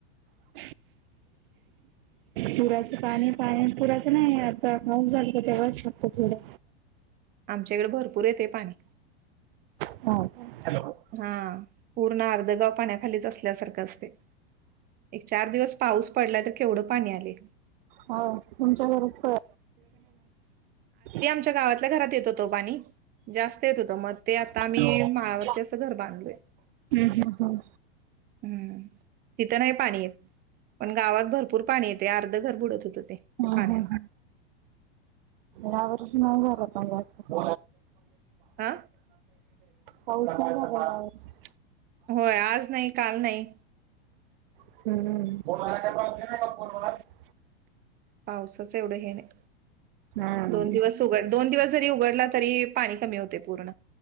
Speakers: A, on the right; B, on the right.
A: <inaudible> पुराचं पाणी पाणी पुराचं नाही आता पाऊस झाला तर तेव्हाच फक्त थोडं
B: आमच्याकडे भरपूर येते पाणी.
A: ह
B: हा पूर्ण अर्ध गाव पाण्याखालीच असल्यासारखं असतेय. एक चार दिवस पाऊस पडला तर केवढं पाणी आलेय
A: हो तुमच्या घरीच का <inaudible>
B: आच्या गावातल्या घरात येत होतो पाणी जास्त येत होतं मग ते आता
A: हॅलो
B: आम्ही
A: हम्म,
B: माळा ते घर बांधलय
A: हम्म, हम्म.
B: हम्म. तिथं नाही पाणी यत पण गावात भरपूर पाणी येते अर्ध घर बुडत होत ते
A: हा
B: पाण्यान
A: हा. या वर्ष नाही घग <inaudible>
B: हा
A: होऔसा <inaudible>
B: होय आज नाही काल नाही.
A: हम् <inaudible>
B: पावसाच एवढं हे नाही
A: हा
B: दोन दिवस उघड दोन दिवस जरी उघडला तरी पाणी कमी होते पूर्ण.